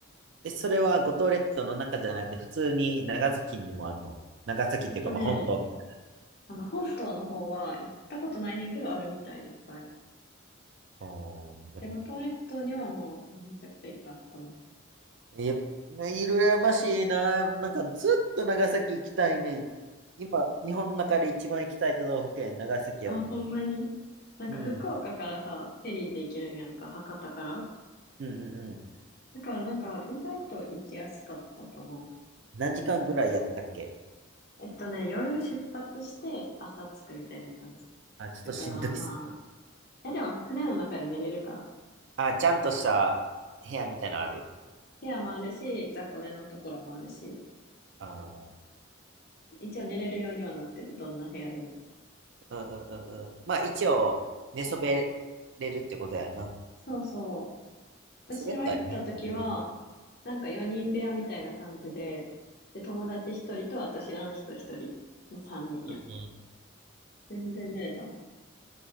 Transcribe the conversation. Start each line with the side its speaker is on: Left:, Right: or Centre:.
Right: え、それは五島列島の中じゃなくて、普通に長崎にもあるの。長崎っていうか、
Left: えっとね、
Right: まあ、本島みたい
Left: あの本島の方は行ったことないねんけどあるみたいいっぱい。
Right: あー
Left: で、五島列島にはもうめちゃくちゃいっぱいあったの。
Right: やっぱ、羨ましいな。なんかずっと長崎行きたいね。今、日本の中で一番行きたい都道府県、長崎やも
Left: あ、ほんまに。なんか福岡からさ、
Right: ん。うん。
Left: フェリーで行けるんやんか、博多から。
Right: うんうんうん。
Left: だからなんか意外と行きやすかったかな。
Right: 何時間ぐらいやったっけ
Left: えっとね、夜出発して朝着くみたいな感じ。
Right: あ、ちょっとしんどいっす。
Left: だからまえ、でも船の中で寝れるから。
Right: あ、ちゃんとした部屋みたいなのある。
Left: 部屋もあるし、雑魚寝のところもあるし、
Right: あー
Left: 一応寝れるようにはなってる、どんな部屋でも。
Right: うんうんうんうん。まあ一応、寝そべれるってことやな。
Left: そうそう。私は行った時は、
Right: 寝そべったら寝れる。
Left: なんか4人部屋みたいな感じで、で、友達1人と、あと知らん人1人の3人やった。
Right: うんうん。
Left: 全然寝れたな。